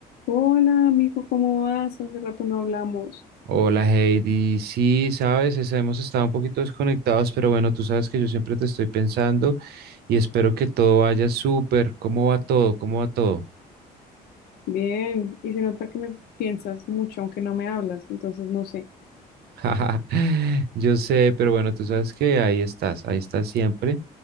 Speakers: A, on the left (about 65°); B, on the right (about 70°).
A: Hola, amigo, ¿cómo vas? Hace rato no hablamos.
B: Hola Heidi, sí, sabes, es- hemos estado un poquito desconectados, pero bueno, tú sabes que yo siempre te estoy pensando y espero que todo vaya súper. ¿Cómo va todo? ¿Cómo va todo?
A: Bien, y se nota que me piensas mucho, aunque no me hablas, entonces no sé.
B: <laughs> Jaja, Yo sé, pero bueno, tú sabes que ahí estás, ahí estás siempre